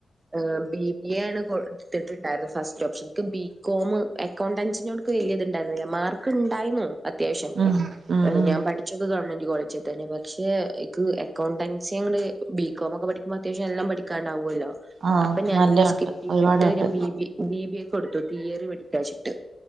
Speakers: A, on the right; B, on the right.
A: ഏഹ് ബി ബി യാണ് കൊട് ത്തിട്ട്ണ്ടാരുന്നു ഫസ്റ്റ് ഓപ്ഷൻ ക്ക് ബികോമ് അക്കൗണ്ടൻസിനോട്ക്ക് വെല്ല്യത്ണ്ടാരുന്നില്ല മാർക്ക്ണ്ടായ്നു. അത്യാവിശ്യം
B: ഉം ഉം ഉം
A: ഞാൻ പഠിച്ചത് ഗവൺമെന്റ് കോളേജി തന്നെയാ പക്ഷേ ക്ക്‌ അക്കൗണ്ടൻസിങ്ങട് ബി കോമൊക്കെ പഠിക്കുമ്പ അത്യാവിശ്യം എല്ലാം പഠിക്കാണ്ടാവൊല്ലോ.
B: ആഹ്
A: അപ്പ ഞാനത്
B: നല്ലയുണ്ട്
A: സ്കിപ്പെയ്തിട്ട്
B: ഒരുപാടുണ്ട്
A: ഞാൻ ബി ബി ബി ബി യെക്കൊടുത്തു തിയറി പഠിക്കാച്ചിട്ട്